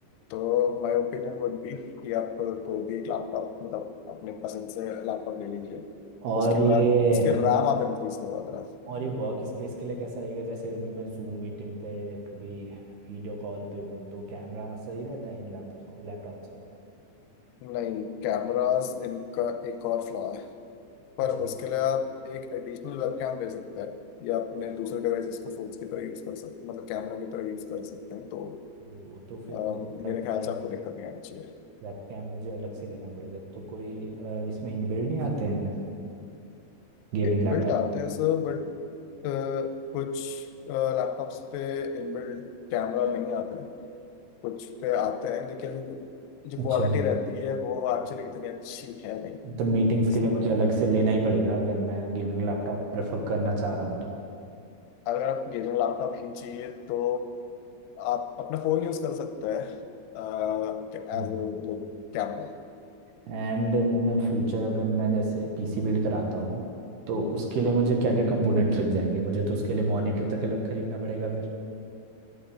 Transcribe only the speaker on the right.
और
ये
और ये वर्क स्पेस के लिए कैसा रहेगा जैसे अभी मैं जूम मीटिंग पे कभी वीडियो कॉल पे हूँ तो कैमरा सही रहता है इन लैपटॉप लैपटॉप्स का
अच्छा
तो तो फिर
मुझे मतलब
एक
वेबकैम मुझे अलग से लेना पड़ेगा तो कोई अ, इसमें इनबिल्ड नहीं आते हैं गेमिंग
लैपटॉप
अच्छा
मतलब मीटिंग्स के
लिए मुझे अलग
से लेना ही पड़ेगा अगर मैं गेमिंग लैपटॉप प्रेफर करना चाह रहा हूँ तो
हम्म।
एंड इन फ्यूचर अगर मैं जैसे पीसी बिल्ड कराता हूँ तो उसके लिए मुझे क्या क्या कंपोनेंट्स लग जाएंगे मुझे तो उसके लिए मॉनिटर तक अलग खरीदना पड़ेगा फिर